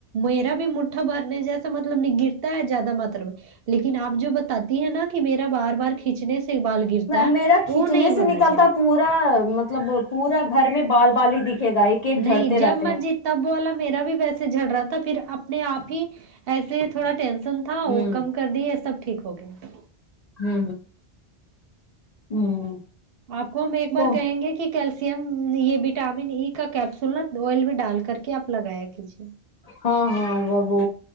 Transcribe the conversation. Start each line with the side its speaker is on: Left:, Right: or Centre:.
Right: میرا بھی مٹھا بھرنے جیسا مطلب نہیں گرتا ہے زیادہ متر میں لیکن آپ جو بتاتی ہے نا کہ میرا بار بار کھینچنے سے بال گرتا ہے
Left: میرا کھینچنے
Right: وہ نہیں ہونا
Left: سے نکلتا
Right: چاہی
Left: پورا مطلب پورا گھر میں بال بال ہی دکھے گا ایک ایک جھڑتے
Right: نہیں جب
Left: رہتے
Right: مرضی
Left: ہیں
Right: تب والا میرا بھی ویسے جھر رہا تھا پھر اپنے آپ ہی ایسے تھوڑا ٹینشن تھا
Left: ہوں
Right: وہ کم کر دیے سب ٹھیک ہو گیا
Left: ہوں ہ ہوں
Right: آپ کو ہم ایک بار
Left: تو
Right: کہیں گے کہ کیلشیم یہ وٹامن ای کا کیپسول نا آئل میں ڈال کر کے آپ لگایا کیجے
Left: ہاں ہاں وہ وہ